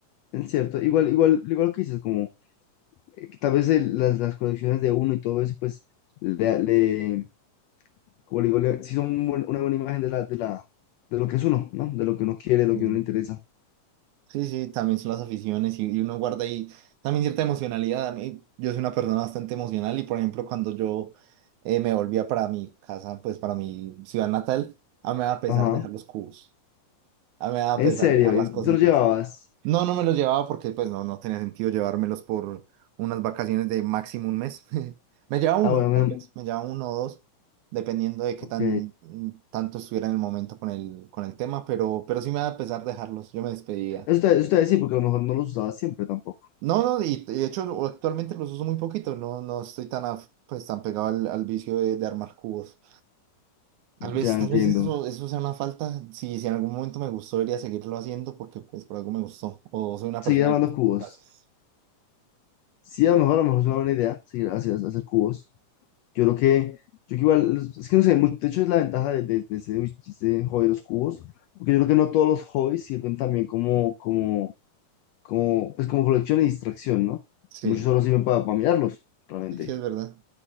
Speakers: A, on the left (about 85°); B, on the right (about 75°).
A: es cierto, igual, igual, igual lo que dices, como eh, que tal vez el- las, las colecciones de uno y todo eso, pues, le, le- como le digo, le- sí son un buen- una buena imagen de la, de la, de lo que es uno, ¿no? De lo que uno quiere, de lo
B: Mm,
A: que uno le interesa.
B: Sí, sí, también son las aficiones y, y uno guarda ahí también cierta emocionalidad. A mí, yo soy una persona bastante emocional y, por ejemplo, cuando yo eh, me volvía para mi casa, pues para mi ciudad natal, a mí me daba pesar
A: Ajá,
B: dejar los cubos, a mí me daba
A: en
B: pesar
A: serio,
B: dejar las
A: ¿Y
B: cositas.
A: ¿te los llevabas?
B: No, no me los llevaba porque pues no, no tenía sentido llevármelos por unas vacaciones de máximo un mes. <laughs> Me llevaba
A: Ah,
B: uno,
A: bueno, me-
B: tal vez, me llevaba uno o dos, dependiendo de qué
A: ok.
B: tan mm, tanto estuviera en el momento con el, con el tema, pero, pero sí me da pesar dejarlos, yo me despedía.
A: Eso te, eso te voy a decir, porque a lo mejor no los usabas siempre tampoco.
B: No, no, y, y de hecho lo- actualmente los uso muy poquito, no, no estoy tan, af- pues, tan pegado al, al vicio de, de armar cubos. Tal vez,
A: Ya
B: tal
A: entiendo.
B: vez eso, eso sea una falta, si, si en algún momento me gustó, debería seguirlo haciendo porque pues por algo me gustó, o soy una
A: Seguir
B: persona
A: armando
B: de gustos.
A: cubos. Sí, a lo mejor, a lo mejor es una buena idea seguir hacer, hacer cubos. Yo creo que, yo que igual, es que no sé, mu- de hecho es la ventaja de, de- de ese, de ese hobby de los cubos, porque yo creo que no todos los hobbies sirven también como, como, como, pues como colección y distracción, ¿no?
B: Sí.
A: Muchos solo sirven para, para mirarlos, realmente.
B: Sí, sí, es verdad.